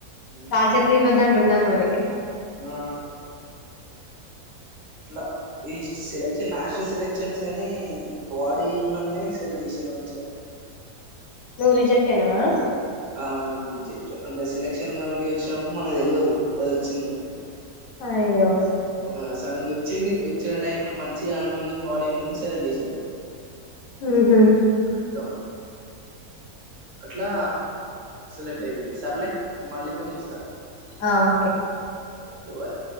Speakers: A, on the right; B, on the left.
A: హ్మ్.
B: కాల్చత్లు ఇదంంట డుడాలి మరి
A: ఆ అట్లా ఈ సెలెక్షన్ నేషనల్ సెలెక్షన్స్ అని బాడీ ఉన్నని సెలెక్ట్ చేసారు మంచిగా
B: నూవు రిజెక్ట్ అనావా
A: ఆ జెక్ట్ అంటే సెలక్షన్ కమిటీ వచ్చినప్పుడు మనకు తెలవదు ఆది ఒచ్చిందిని
B: అయ్యో
A: ఆ సడన్ వచ్చింది వచ్చిన టై లో మంచిగా అన్నంది బాడీ ఉందని చర దిశిరు
B: ఊహు
A: మొత్తం. అట్లా సెలెక్ట్ అయిపోయింది సర్లే మళ్ళీ ఫోన్ చేస్తా
B: ఆ ఓకే
A: ఓకే బాయ్